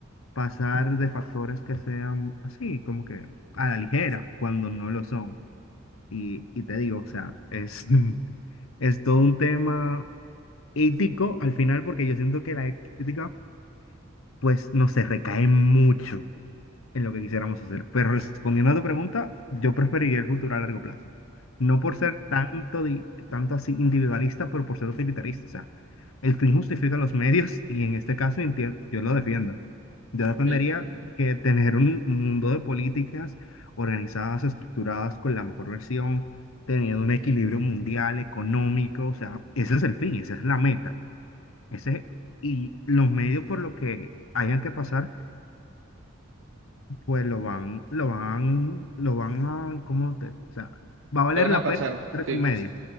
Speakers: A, on the left; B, on the right.
A: pasar de factores que sean así, como que a la ligera, cuando no lo son. Y, y te digo, o sea, es, <laughs> es todo un tema ético al final, porque yo siento que la ética, pues, no se recae mucho en lo que quisiéramos hacer. Pero respondiendo a tu pregunta, yo preferiría el futuro a largo plazo. No por
B: mm,
A: ser tanto, di- tanto así individualista, pero por ser utilitarista. O sea, el fin justifica los medios y en este caso enti- yo lo defiendo. Yo defendería
B: eh, eh,
A: que tener un mundo de políticas organizadas, estructuradas con la mejor versión, teniendo un equilibrio mundial, económico, o sea, ese es el fin, esa es la meta. Ese, y los medios por lo que hayan que pasar, pues lo van, lo van, lo van a, ¿cómo te- o sea, va a valer
B: Se van
A: la
B: a pasar,
A: pena esos
B: sí.
A: medios.